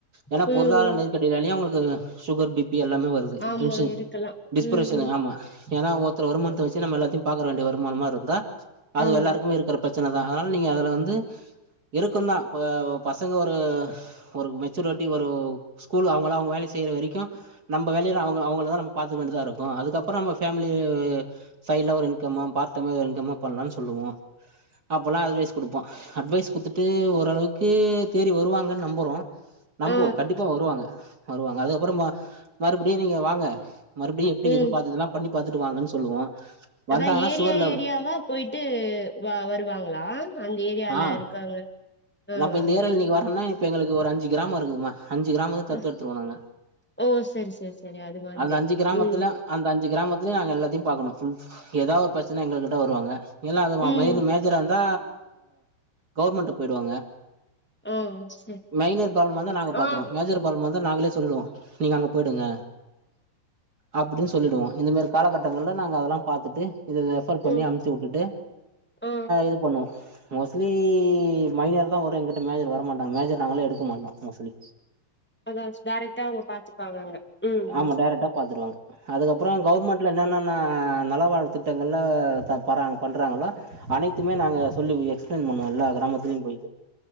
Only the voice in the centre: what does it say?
ம்
ம்
ஆமா
இருக்கலா
ம்
ஆமா
ஆ
ம்
அதா ஏரியா
ஏரியாவா போயிட்டு வருவாங்ளா அந்த ஏரியால
இருக்காங்க ஆ
ஆ
ஆ
ஓ சரி சரி சரி அது மாதிரி
ம்
ம்
ஆ சரி
ஆ
ம்
ஆ
அதா டரெக்டா அவுங்க பாத்துப்பாங்க அங்க ம் ம்